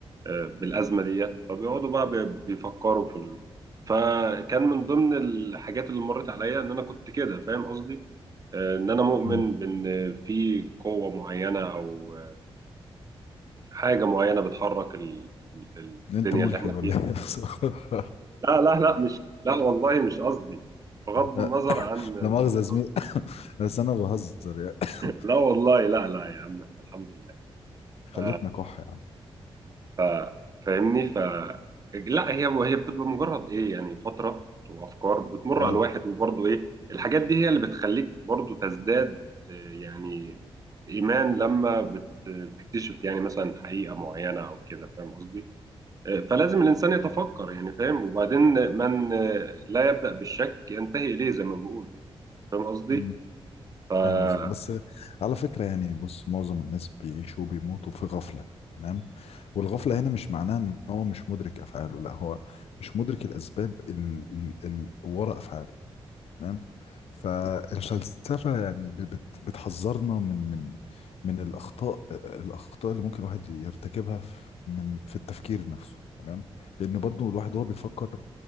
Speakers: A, on the right; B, on the left.
A: آه، بالازمه ديت فبيقعدوا بقى بي- بيفكروا في ال... فكان من ضمن الحاجات اللي مرت عليا ان انا كنت كده فاهم قصدي آه، ان انا مؤمن
B: امم
A: بان في قوه معينه او حاجة معينة بتحرك ال... ال- ال-
B: انت
A: الدنيا
B: ملحد
A: اللي احنا
B: ولا
A: فيها
B: ايه <laughs> بصراحة.
A: لا لا لا مش لا والله مش قصدي بغض النظر
B: لا
A: عن الموضوع
B: لا مؤاخذه يا زميلي بس انا بهزر يعني
A: لا والله لا لا يا عم احنا الحمد لله
B: <laughs>
A: ف...
B: خليتنا كح يا عم
A: ف... فاهمني ف لا هي هي بتبقى مجرد ايه يعني فترة وافكار بتمر
B: اه
A: على الواحد وبرضه ايه الحاجات دي هي اللي بتخليك برضه تزداد آه، يعني ايمان لما بت... بتكتشف يعني مثلا حقيقة معينة او كده فاهم قصدي فلازم الإنسان يتفكر يعني فاهم وبعدين من لا يبدأ بالشك ينتهي إليه زي ما بقول فاهم قصدي؟
B: امم
A: فا
B: فاهم قصدك بس على فكرة يعني بص معظم الناس بيعيشوا وبيموتوا في غفلة تمام والغفلة هنا مش معناها ان هو مش مدرك افعاله لا هو مش مدرك الاسباب اللي وراء افعاله تمام فالفلسفة يعني ب- بت- بتحذرنا من من من الاخطاء الاخطاء اللي ممكن الواحد يرتكبها في من في التفكير نفسه تمام لان برضو الواحد وهو بيفكر